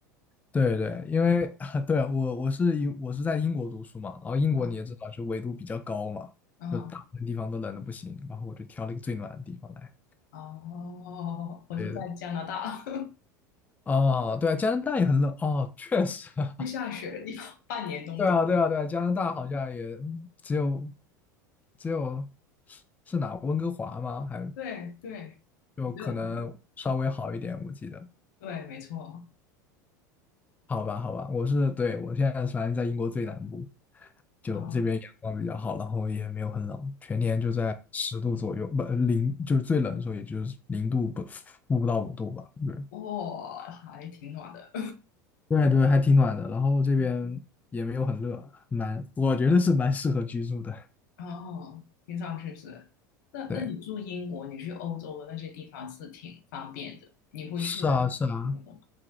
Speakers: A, on the left (about 15°); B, on the left (about 70°).
A: 对对，因为 <laughs> 对啊我我是英我是在英国读书嘛，然后英国你也知道，
B: 啊
A: 就纬度比较高嘛，
B: 嗯
A: 就大部分地方都冷的不行，然后我就挑了一个最暖的地方来。
B: 哦，我是在加拿大
A: 对对，哦，对啊，加拿大也很冷哦，确实，
B: <laughs>
A: <laughs>
B: 会下雪的地方，半年冬天。
A: 对啊对啊对啊，加拿大好像也嗯只有只有是是哪温哥华吗？还
B: 对对，
A: 就可能稍微好一点，
B: 只有
A: 我记得。
B: 对，没错
A: 好吧，好吧，我是，对，我现在反正在英国最南部，就这边阳光比较好，
B: 啊，
A: 然后也没有很冷，全年就在十度左右，不，零，就是最冷的时候也就是零度不，负不到五度吧。对，
B: 哇、还挺暖的。
A: 对对，还挺暖的，然后这边也没有很热，
B: <laughs>
A: 蛮，我觉得是蛮适合居住的。
B: 哦，听上去是。那那你住英国，
A: 对，
B: 你去欧洲的那些地方是挺方便的，你会去那游的吗？
A: 是啊，是啊，